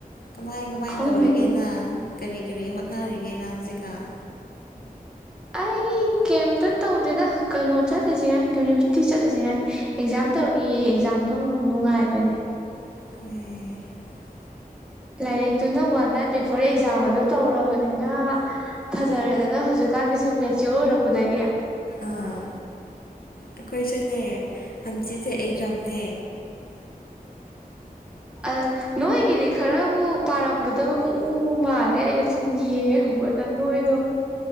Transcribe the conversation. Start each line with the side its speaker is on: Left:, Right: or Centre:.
Left: ꯀꯃꯥꯏ ꯀꯃꯥꯏꯅ
Centre: ꯈꯪꯗꯦ
Left: ꯇꯧꯔꯤꯒꯦ ꯅꯪ ꯀꯔꯤ ꯀꯔꯤ ꯍꯣꯠꯅꯔꯤꯒꯦ ꯅꯪ ꯍꯧꯖꯤꯛꯀꯥꯟ
Centre: ꯑꯩ ꯀꯦꯝꯇ ꯇꯧꯗꯦꯗ ꯀꯩꯅꯣ ꯆꯠꯂꯤꯁꯤꯉꯥꯏ ꯌꯨꯅꯤꯚꯔꯁꯤꯇꯤ ꯆꯠꯂꯤꯁꯤꯉꯥꯏ ꯑꯦꯛꯖꯥꯝ ꯇꯧꯔꯤꯑꯌꯦ‌ ꯑ‌ꯦꯛꯖꯥꯝ ꯌꯥꯝꯅ ꯅꯨꯡꯉꯥꯏꯕꯅꯦ
Left: ꯑꯦ
Centre: ꯂꯥꯏꯔꯤꯛꯇꯨꯅ ꯋꯥꯟ ꯅꯥꯏꯠ ꯕꯤꯐꯣꯔ ꯑꯦꯛꯖꯥꯝ ꯑꯗꯨ ꯇꯧꯔꯕꯅꯤꯅ ꯐꯖꯔꯦꯗꯅ ꯍꯧꯖꯤꯛ ꯀꯥꯟꯗꯤꯁꯨꯝ ꯃ‌ꯦꯆꯤꯑꫭꯔ ꯑꯣꯏꯔꯛꯄꯗꯒ
Left: ꯑꯥ ꯑꯩꯈꯣꯏꯁꯨꯅꯦ ꯍꯝꯆꯤꯠꯁꯦ ꯑꯦꯖꯥꯝꯅꯦ
Centre: ꯑ ꯅꯣꯏꯒꯤꯗꯤ ꯈꯔꯕꯨ ꯄꯥꯔꯝꯒꯗꯕ ꯃꯑꯣꯡꯕꯨ ꯃꯥꯜꯂꯦ ꯑꯩꯅ ꯁꯨꯝ ꯌꯦꯡ ꯗ ꯅꯣꯏꯗꫭ